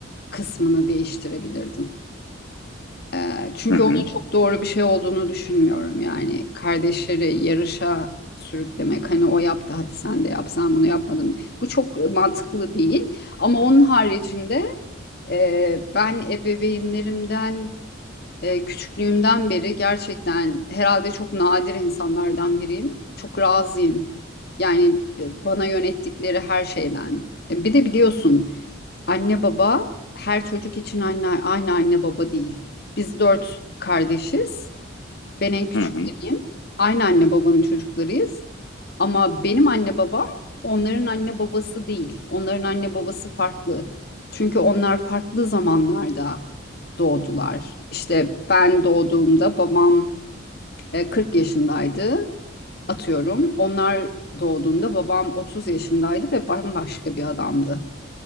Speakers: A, on the left; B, on the left.
A: kısmını değiştirebilirdim. E, çünkü
B: hı hı,
A: onun çok doğru bir şey olduğunu düşünmüyorum. Yani kardeşleri yarışa sürüklemek hani o yaptı hadi sen de yap sen bunu yapmadın. Bu çok mantıklı değil. Ama onun haricinde e, ben ebeveynlerimden e, küçüklüğümden beri gerçekten herhalde çok nadir insanlardan biriyim. Çok razıyım. Yani b- bana yönettikleri her şeyden. E, bir de biliyorsun anne baba her çocuk için anne, aynı anne baba değil. Biz dört kardeşiz. Ben en küçükleriyim.
B: hı hı.
A: Aynı anne babanın çocuklarıyız. Ama benim anne babam onların anne babası değil. Onların anne babası farklı. Çünkü onlar farklı zamanlarda doğdular. İşte ben doğduğumda babam e, 40 yaşındaydı atıyorum. Onlar doğduğunda babam 30 yaşındaydı ve bambaşka bir adamdı.